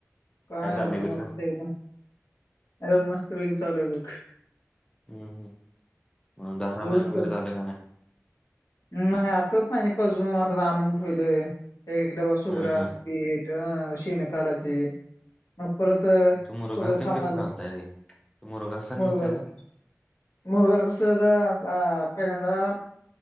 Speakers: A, on the left; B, on the left.
A: काय
B: चाललंय
A: म
B: कसं
A: मस्त एकदम, अरे मस्तपैकी चालू आहे बघ
B: हम्म हम्म मग दारा
A: तुझ
B: पाणी वगैरे झालं का नाही?
A: नाही आताच पानी पाजून आत्ता आणून ठेवलंय एक डबा सुग्रास
B: हा हा
A: पीठ अन शेणी काढायचे मग परत
B: तू मुरघासन
A: थोड थांबा
B: कसं घालताय ते तू मुरघासन
A: मुरगस
B: घेताय का
A: मुरगस कस तर अ पहिल्यादा